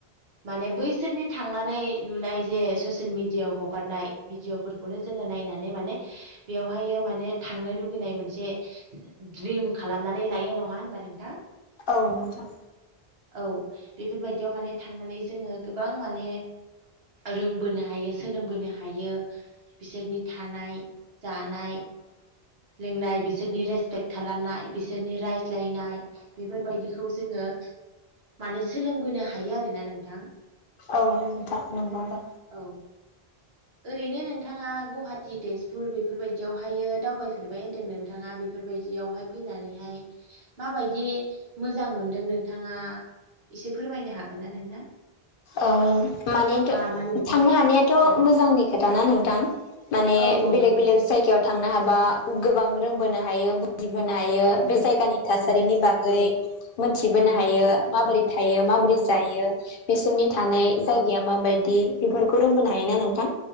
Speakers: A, on the right (about 75°); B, on the left (about 65°).
A: माने बैसोरनि थांनानै नुनाय जे ससियेल मिडियाआव हगारनाय भिडिअ'फोरखौनो जोङो नायनानै माने बेवहायो माने थांनो लुुबैनाय मोनसे द्रिम खालामनानै लायो नङा होनबा नोंथां?
B: औ नोंथां।
A: औ बेफोरबायदियाव माने थांनानै जोङो गोबां माने रोंबोनो हायो सोलोंबोनो हायो। बिसोरनि थानाय जानाय लोंनाय बिसोरनि रेसपेक्ट खालामनाय बिसोरनि रायज्लायनाय बेफोरबायदिखौ जोङो माने सोलोंबोनो हायो आरोना नोंथां।
B: औ नोंथा नोंगौदा।
A: औ ओरैनो नोंथाङा गुहाटि तेजपुर बेफोरबायदियावहायो दावबायफेरबाय होन्दों नोंथाङा बे बेफोरबायदियावहाय फैनानैहाय माबायदि मोजां मोनदों नोंथाङा एसे फोरमायनो हागोन ना नोंथां?
B: अ मानेथ'
A: मा मा नुदों
B: थांनो हानायाथ'
A: औ
B: मोजांनि खोथाना नोंथां। माने
A: औ औ
B: बेलेग
A: नोंथां
B: बेलेग जायगायाव थांनो हाबा गोबां रोंबोनो हायो। गिबोनायो
A: औ
B: बे जायगानि थासारिनि
A: नंगौ
B: बागै। मोनथिबोनो
A: नंगौ
B: हायो
A: नोंथां
B: माबोरै थायो
A: औ
B: माबोरै जायो बिसोरनि नाय
A: औ
B: जायगाया मााबायदि बेफोरखौ रोंबोनो हायोना नोंथां।